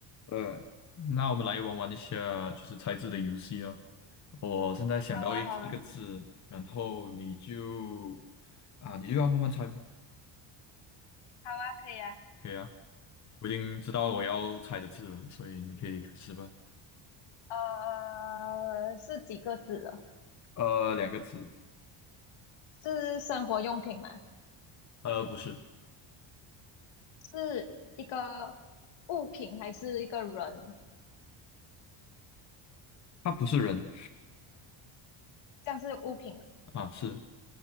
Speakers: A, on the left; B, on the left.
A: 呃，那我们来玩玩一下，就是猜字的游戏哦。我现在想到一一个字，
B: 好啊，好啊，
A: 然后你就啊，你就要慢慢猜吧。
B: 好啊，可以啊。
A: 可以啊，我已经知道我要猜的字了，所以你可以开始吧。
B: 呃，是几个字的？
A: 呃，两个字，
B: 是生活用品吗？
A: 呃，不是，
B: 是一个物品还是一个人？
A: 它不是人
B: 像是物品了，
A: 啊，是